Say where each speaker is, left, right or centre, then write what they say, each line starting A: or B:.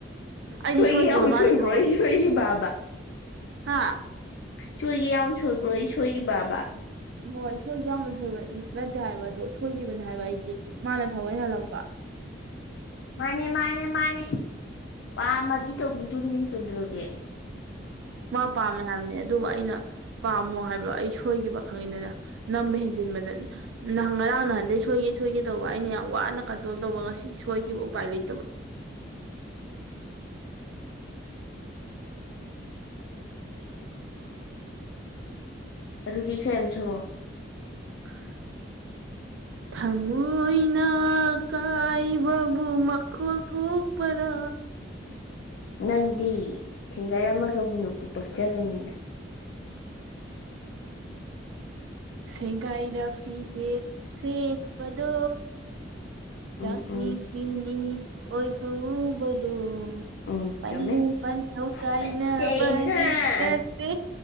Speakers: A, on the right; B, on the left.
A: ꯑꯩꯗꯤ
B: ꯁꯣꯏꯈꯤ
A: ꯁꯣꯏꯈꯤꯕ
B: ꯑꯃꯛ
A: ꯃꯥꯗꯤ
B: ꯁꯣꯏꯕ꯭ꯔꯣ
A: ꯊꯑꯣꯏ
B: ꯑꯩ ꯁꯣꯏꯕ
A: ꯍꯥ
B: ꯁꯣꯏꯒ ꯌꯥꯝꯎ ꯁꯣꯏꯕ꯭ꯔꯣ ꯑꯩ ꯁꯣꯏꯈꯤꯕꯕ
A: ꯍꯣꯏ ꯁꯣꯏꯈꯤꯕ ꯌꯥꯝꯅ ꯁꯣꯏꯕ ꯅꯠꯇꯦ ꯍꯥꯏꯕ ꯑꯗꯣ ꯁꯣꯏꯈꯤꯕꯅꯦ ꯍꯥꯏꯕ ꯑꯩꯗꯤ ꯃꯥꯅ ꯊꯑꯣꯏ ꯍꯜꯂꯛꯄ
B: ꯃꯥꯅꯦ ꯃꯥꯅꯦ ꯃꯥꯅꯦ ꯄꯥꯝꯃꯗꯤ ꯇꯧꯕꯤꯗꯣꯝꯅꯤ ꯀꯗ꯭ꯔꯣꯒꯦ
A: ꯃꯥ ꯄꯥꯝꯃꯦ ꯍꯥꯏꯕꯅꯦ ꯑꯗꯨꯕꯨ ꯑꯩꯅ ꯄꯥꯝꯃꯣ ꯍꯥꯏꯕ꯭ꯔꯣ ꯑꯩ ꯁꯣꯏꯈꯤꯕ ꯈꯪꯉꯤꯗꯅ ꯅꯝꯕ ꯍꯦꯟꯖꯤꯟꯕꯗ ꯅ ꯉꯔꯥꯡ ꯅꯍꯥꯟꯗꯩ ꯁꯣꯏꯒꯦ ꯁꯣꯏꯒꯦ ꯇꯧꯕ ꯑꯩꯅ ꯌꯥꯝ ꯋꯥꯅ ꯀꯟꯇ꯭ꯔꯣꯜ ꯇꯧꯕ ꯉꯁꯤ ꯁꯣꯏꯈꯤꯕ ꯎꯄꯥꯏ ꯂꯩꯇꯕ
B: ꯑꯗꯨꯗꯤ ꯁ ꯌꯥꯝ ꯁꯧꯔꯛꯑꯣ
A: ꯍꯥ ꯊꯃꯣꯏꯅ ꯀꯥꯏꯕꯕꯨ ꯃꯈꯣꯜ ꯊꯣꯛꯄꯔꯥ
B: ꯅꯪꯗꯤ ꯁꯤꯡꯒꯔ ꯑꯃꯒꯕꯨꯅꯕꯨ ꯄꯛꯆꯒꯅꯤꯅ
A: ꯍꯤ ꯁꯦꯡꯒꯥꯏꯔ ꯐꯤꯖꯦꯠ ꯁꯦꯠꯄꯗꯣ
B: ꯎꯝ
A: ꯆꯥꯛꯅꯤ
B: ꯎꯝ
A: ꯐꯤꯅꯤ ꯑꯣꯏꯏꯍꯧꯕꯗꯨꯣ
B: ꯎꯝ
A: ꯄꯜꯂ
B: ꯆꯨꯝꯃꯦ
A: ꯄꯟ ꯊꯧꯀꯥꯏꯅ
B: ꯐꯖꯩ ꯍꯥ
A: ꯒꯤꯅꯠꯇ